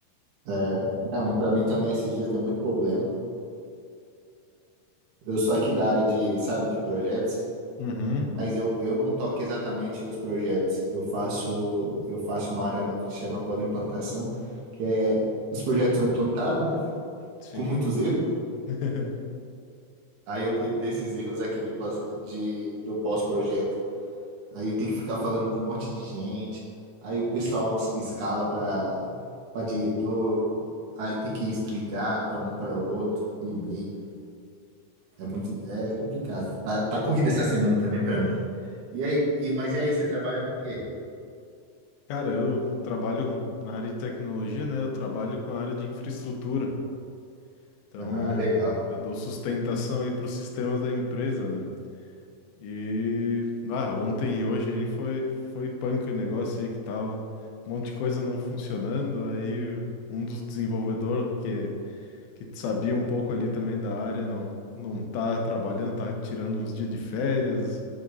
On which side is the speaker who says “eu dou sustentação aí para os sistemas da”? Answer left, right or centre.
Left